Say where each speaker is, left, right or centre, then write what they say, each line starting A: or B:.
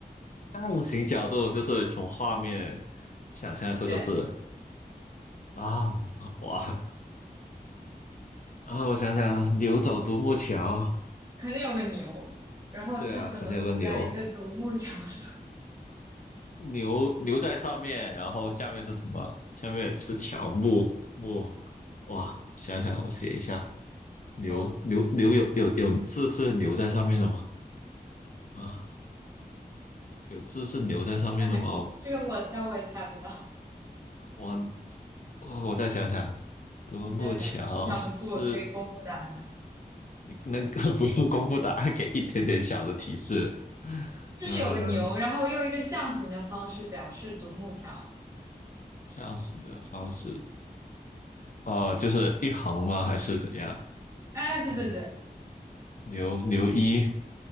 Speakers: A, on the left; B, on the right.
A: 象形角度就是从画面想象这个字
B: 对，
A: 啊，哇啊，我想想，牛走独木桥，
B: 肯定有个牛，然后它怎么在一个独木桥上？
A: 对啊，可能有个牛，牛牛在上面，然后下面是什么？下面是乔木木，哇！想想我写一下，牛牛牛有有有字是牛在上面的吗？
B: 嗯，
A: 啊，有字是牛在上面的吗？
B: <laughs> 对，这个我猜我也猜不到，
A: 我我我再想想，独木桥是
B: 你再想想，你想不出，我可以公布答案。
A: 你那个 <laughs> 不用公布答案，给一点点小的提示。
B: 就是有个牛，
A: 嗯、
B: 然后用一个象形的方式表示独木桥。
A: 驾驶的方式，哦、就是一横吗？还是怎样？
B: 哎，对对对，
A: 嗯，牛牛一。